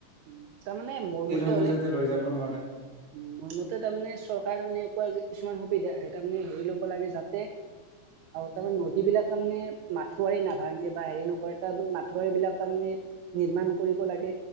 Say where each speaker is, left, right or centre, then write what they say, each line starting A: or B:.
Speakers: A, on the right (about 80°); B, on the right (about 50°).
A: উ তাৰমানে মোৰ
B: শিলসমূহ
A: মতে হলে,
B: যাতে লৈ যাব নোৱাৰে
A: উ মোৰ মতে তাৰমানে চৰকাৰ মানে একোৱা কিছুমান সেই তাৰমানে হেৰি ল'ব লাগে যাতে, তাৰমানে নদী বিলাক তাৰমানে মাথাউৰি নাভাঙে বা হেৰি নকৰে তাৰ মাথাউৰী বিলাক তাৰমানে নিৰ্মাণ কৰিব লাগে।